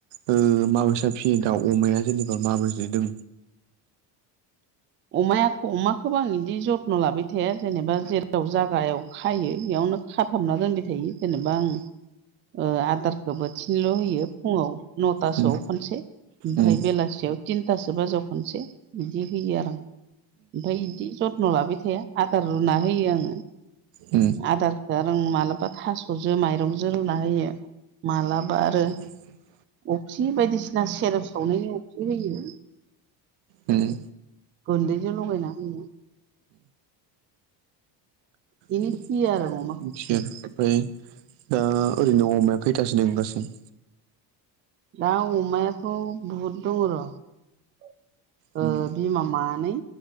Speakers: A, on the right; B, on the right.
A: ओ माबैसे फियो दाउ अमाया जेनेबा माबैसे दों
B: अमाया अमाखौबो आं बिदि जथ्न' लाबाय थाया जेनेबा जेराव जागायाव खायो बेयावनो खाथाबना दोनबाय थायो जेनेबा आं ओ आदारखौ बोथिनल' होयो फुङाव नथासोआव
A: उम
B: खनसे ओमफफ्राय
A: उम
B: बेलासियाव थिनथासो बाजाव खनसे बिदि होयो आरो आं ओमफफ्राय बिदि जथ्न' लाबाय थाया आदार रुना होयो आङो
A: उम
B: आदारखौ रों मालाबा थास'जों माइरंजों रुना होयो मालाबा आरो
A: <inaudible>
B: अफ्रि बायदिसिना सेरप सावनायनि अफ्रि होयो
A: उम
B: गुन्दैजों लगायना होयो बिदिनो
A: मिथि
B: फियो
A: आरो
B: अमाखौ
A: ओमफ्राय दा ओरैनो द अमाया फैथासिनो दंगासै
B: दा अमायाथ' बहुद दं र'
A: उम
B: बिमा मानै